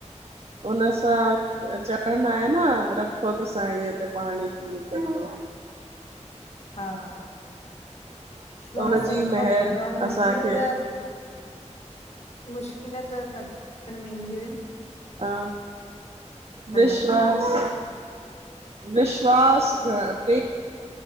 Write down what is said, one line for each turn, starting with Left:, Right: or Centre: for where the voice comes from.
Right: हुनन सां चढ़न आ न रखो त साईअ ते पाणी पूरी कंदो।
Left: हा विश्वास
Right: हुनजी
Left: रखणो
Right: महर
Left: पवंदो आ मुश्किलूं
Right: असांखे
Left: त मुश्किल त सॿ में ईंदियूं आयन।
Right: हा विश्वास।
Left: खपे
Right: विश्वास खपे।